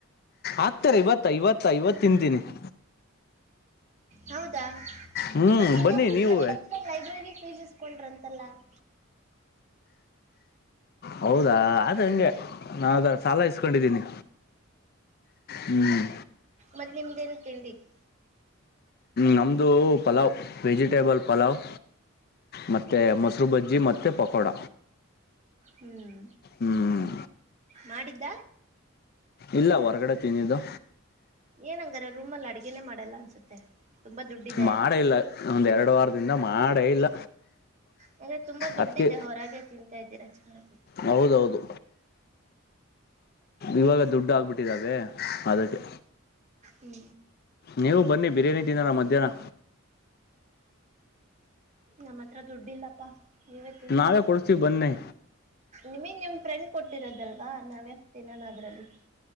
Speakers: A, on the left (about 50°); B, on the right (about 35°).
A: ಆಗ್ತಾರೆ ಇವತ್ತ ಐವತ್ತ ಐವತ್ತು ತಿಂತೀನಿ <inaudible>
B: ಹೌದಾ
A: ಹ್ಮ್
B: ಮತ್ತ ಇನ್ನೊಬ್ಬರು
A: ಬನ್ನಿ ನೀವು
B: ಫ್ರೆಂಡ್ ಹತ್ರ ಲೈಬ್ರರಿ ಫೀಸ್ ಇಸ್ಕೊಂಡ್ರ ಅಂತಲ್ಲಾ <inaudible>
A: ಹೌದಾ ಅದ ಹಂಗೆ ನಾವದ <inaudible> ಸಾಲ ಇಸ್ಕೊಂಡಿದ್ದೀನಿ ಹ್ಞೂ <inaudible>
B: ಮತ್ತತ್ ನಿಮ್ದೆನ್ ತಿಂಡಿ <inaudible>
A: ನಮ್ಮದು ಪಲಾವ್ ವೆಜಿಟೇಬಲ್ ಪಲಾವ್ ಮತ್ತುತ್ತ ಮೊಸರು ಬಜ್ಜಿ ಮತ್ತು ಪಕೋಡ
B: ಹ್ಮ್
A: ಹ್ಮ್
B: ಮಾಡಿದ್ದ
A: ಇಲ್ಲ ಹೊರಗಡೆ ತನ್ನಿದ್ದು
B: ಏನಂಗಾರ ರೂಮಲ್ಲಿ ಅಡ್ಗೆೇ ಮಾಡಲ್ಲ ಅನ್ಸುತ್ತೆ ತುಂಬ ದುಡ್ಡಿದೆ
A: ಮಾಡೇ ಇಲ್ಲ ಒಂದುರಡು ವಾರದಿಂದ ಮಾಡೇ ಇಲ್ಲ
B: ಅಂದ್ರೆ ತುಂಬಾ ದುಡ್ಡಿದೆ
A: ಅದಕ್ಕೆ
B: ಹೊರಗೆ ತಿಂತಾ ಇದ್ದೀರಾ ಚೆನ್ನಾಗಿ
A: ಹೌದೌದು ಇವಾಗ ದುಡ್ಡು ಆಾಕ್ಬಿಟ್ಟಿದ್ದಾವೆ ಅದಕ್ಕೆ
B: ಹ್ಞೂ
A: ನೀವು ಬನ್ನಿ ಬಿರಿಯಾನಿ ತಿನ್ನೋಲ್ಲ ಮಧ್ಯಾಹ್ನ
B: ನಮ್ಮ ಹತ್ರ ದುಡ್ಡಿಲ್ಲಪ್ಪಾ ನೀವೇ ತಿನ್ನಿ
A: ನಾವೇ ಕೊಡಿಸ್ತೀವಿ ಬನ್ನಿ
B: ನಿಮಗ್ ನಿಮ್ ಫ್ರೆಂಡ್ ಕೊಟ್ಟಿರೋದಲ್ವಾ ನಾವೆ ಹತ ನಾನ ಅದ್ರಲ್ಲಿ